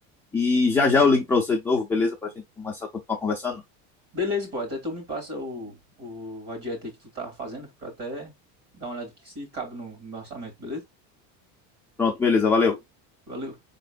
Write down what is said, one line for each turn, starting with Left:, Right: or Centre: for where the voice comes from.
Centre: e já já eu ligo pra você de novo, beleza? Pra gente começar a continuar conversando.
Right: Beleza, pô, até tu me passa o, o, a dieta aí que tu tá fazendo, pra até dar uma olhada aqui se cabe no, no meu orçamento, beleza?
Centre: Pronto, beleza, valeu.
Right: Valeu.